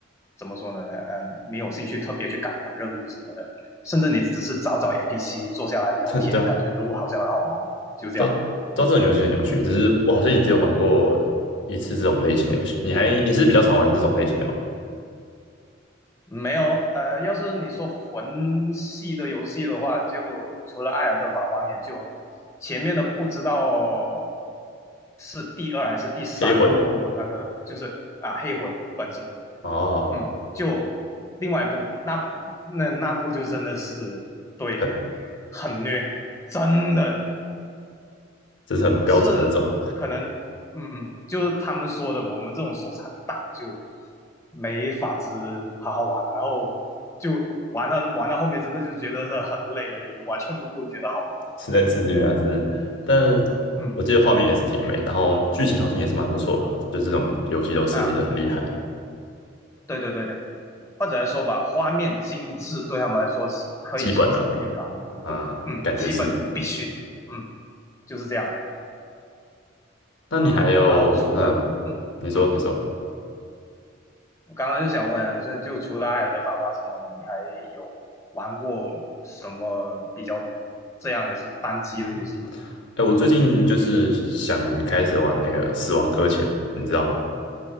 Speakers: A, on the left; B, on the left.
A: 怎么说呢？嗯，没有兴趣特别去赶任务什么的，甚至你只是找找 NPC 坐下来聊天，
B: <laughs> 对啊，
A: 感觉都好像很好玩，就这样。
B: 到到这种游戏很有趣，
A: 嗯，
B: 只是我好像也只有玩过一次这种类型的游戏。你还你是比较常玩这种类型的吗？
A: 没有呃，要是你说魂系的游戏的话，就除了《艾尔登法环》，也就前面的不知道是第二还是第三部那个，
B: 黑魂
A: 就是啊黑魂本身，
B: 哦，
A: 嗯，就另外一部，那那那部就真的是对，
B: 很
A: 很虐，真的
B: 这是很标准的那种。
A: 是可能，嗯，就是他们说的，我们这种手残党就没法子好好玩，然后就玩到玩到后面，真的就觉得是很累而已，完全都不会觉得好玩。
B: 是在自虐啊，真的。但
A: 嗯
B: 我记得画面也是挺美，然后剧情好像也是蛮不错吧，就这种游戏都设计的很厉害，
A: 啊，对对对对，或者来说吧，画面精致对他们来说是可以说是必然，
B: 基本啊，啊、
A: 或嗯，
B: 感觉是。
A: 基本必须，嗯，就是这样。
B: 那你还有，
A: 嗯，然后除了嗯嗯，
B: 嗯，你说，你说，
A: 我刚刚就想问，就就除了《艾尔的繁华什么的，你还有玩过什么比较这样也是单机的游戏吗？
B: 嗯，哎，我最近就是想开始玩那个《死亡搁浅》，你知道吗？